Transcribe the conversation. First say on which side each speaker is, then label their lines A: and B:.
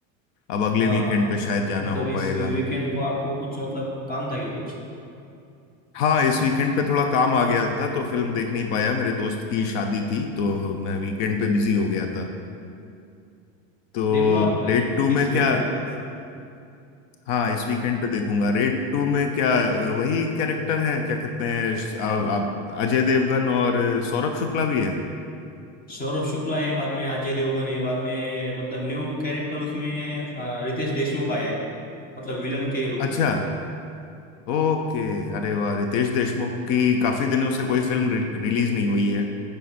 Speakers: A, on the left; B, on the left.
A: अब अगले
B: हाँ
A: वीकेंड
B: हाँ
A: पे शायद जाना
B: मतलब
A: हो
B: इस
A: पाएगा
B: वीकेंड को आपको कुछ मतलब काम था क्या कुछ
A: हाँ इस वीकेंड पे थोड़ा काम आ गया था तो फिल्म देख नहीं पाया मेरे दोस्त की शादी थी तो मैं वीकेंड पे बिजी हो गया था तो
B: देख लो आप
A: रेड टू में
B: इस वीकेंड
A: क्या
B: को
A: हाँ इस वीकेंड पे देखूंगा रेड टू में क्या अ, वही कैरेक्टर हैं क्या कहते हैं श- आ- आ- अजय देवगन और सौरभ शुक्ला भी है
B: सौरभ शुक्ला है बाद में अजय देवगन है बाद में मतलब न्यू कैरेक्टर उसमें अ, रितेश देशमुख आया है मतलब विलन के रूप
A: अच्छा
B: में
A: ओके अरे वाह रितेश देशमुख की काफी दिनों से कोई फिल्म रि, रिलीज नहीं हुई है